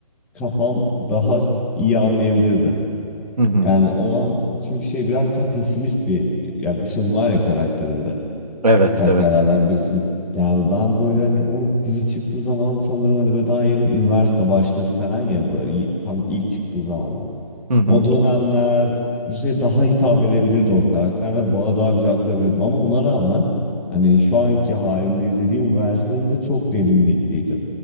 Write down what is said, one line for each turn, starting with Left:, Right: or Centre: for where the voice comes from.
Centre: kafam daha iyi anlayabilirdi.
Right: Hı hı.
Centre: Yani o an çünkü şey biraz daha pesimist bir yaklaşım var ya karakterinde.
Right: Evet,
Centre: karakterlerden
Right: evet.
Centre: birisin. Yani ben böyle hani o dizi çıktığı zaman sanırım hani böyle daha yeni üniversite başları falan ya böyle y- tam ilk çıktığı zamanlar.
Right: Hı hı,
Centre: O dönemler işte daha hitap edebilirdi o karakter ve bana daha güzel kurabilirdim ama ona rağmen hani şu anki halimle izlediğim versiyonu da çok derinlikliydi.